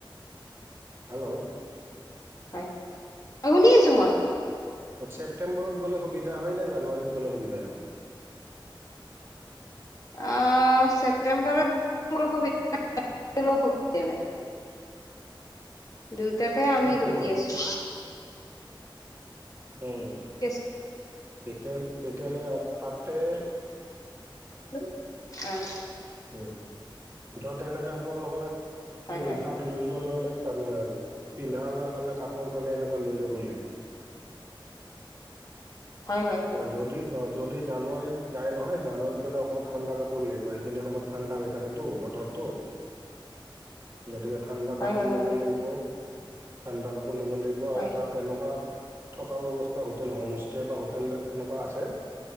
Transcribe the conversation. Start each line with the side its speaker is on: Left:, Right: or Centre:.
Right: হেল্ল।
Left: হয়, অ শুনি আছোঁ মই।
Right: ছেপ্তেম্বৰত গ'লে সুবিধা হয় নে জানুৱাৰীত গলে সুবিধা হয় আপোনাৰ?
Left: আ ছেপ্টেম্বৰত মোৰ অসুবিধা অসুবিধা নাই। দুইটাতে আমি
Right: ছেপ্টেম্বৰত
Left: ৰেডি আছোঁ।
Right: উম।
Left: ঠিক আছে।
Right: তেতিয়া তেতিয়াহলে আৰু তাতে
Left: <unintelligible> আহ।
Right: উম ত তেনেকে আপোনালোকৰ
Left: হয়
Right: এই
Left: হয়
Right: তাত লৈ যোৱাৰ লগে লগে তাৰমানে পিন্ধা উৰাৰ কাৰণে কাপোৰ কাৰণে এনেকুৱা লৈ যাব লাগিব।
Left: হয় হয় হয়
Right: অ যদি অ যদি জানুৱাৰীত যায় নহয় জানুৱাৰীত গ'লে অকমান ঠাণ্ডা কাপোৰ লাগিব, এইখিনি সময়ত ঠাণ্ডা হৈ থাকেতো বতৰটো গতিকে ঠাণ্ডা কাপোৰ
Left: হয় হয়
Right: ল'ব
Left: হয়
Right: লাগিব। ঠাণ্ডা কাপোৰ ল'ব লাগিব আৰু
Left: হয়
Right: তাত এনেকুৱা থকা ব্যৱস্থা হোটেল হোম ষ্টে বা হ হোটেল এনেকুৱা আছে,